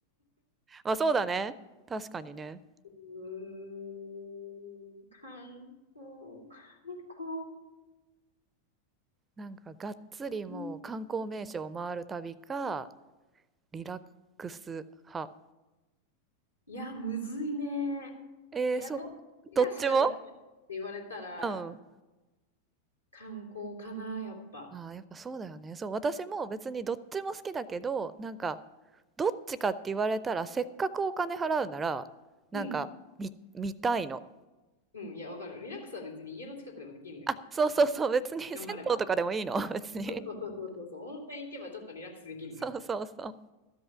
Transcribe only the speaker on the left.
うーん、観光、観光。
うん
いや、むずいね。
いや、
どっちかしかできないって言われたら、
観光かな、やっぱ。
うん。
うん、いや、わかる。リラックスは別に家の近くでもできんのよ。
頑張れば。
そうそうそうそうそうそう。温泉行けばちょっとリラックスできんのよ。